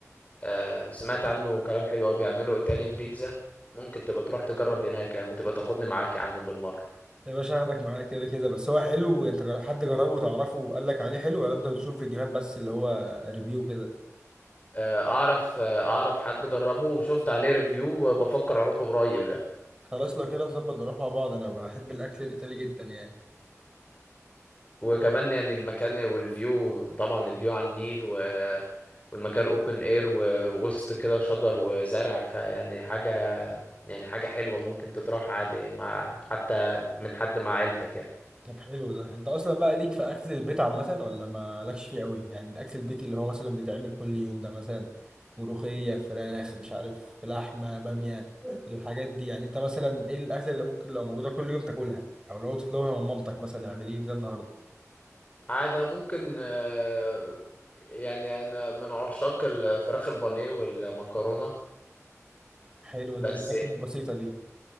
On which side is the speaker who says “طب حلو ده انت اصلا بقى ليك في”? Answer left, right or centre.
Right